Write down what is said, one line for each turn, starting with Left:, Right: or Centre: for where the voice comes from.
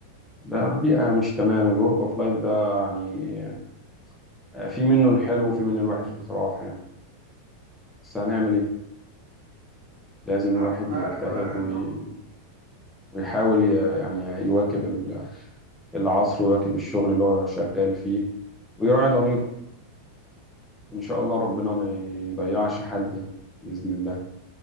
Centre: ده بيئة مش تمام الورك اوف لايف ده يعني آه، في منه الحلو وفي منه الوحش بصراحة يعني بس هنعمل ايه لازم
Right: الحمد
Centre: الواحد
Right: لله
Centre: يجتهد
Right: على كل حال
Centre: وي-
Right: طبعا
Centre: ويحاول ي- يعني يواكب ال- العصر ويواكب الشغل اللي هو شغال فيه ويراعي ضميره ان شاء الله ربنا ما يضيعش حد يعني باذن الله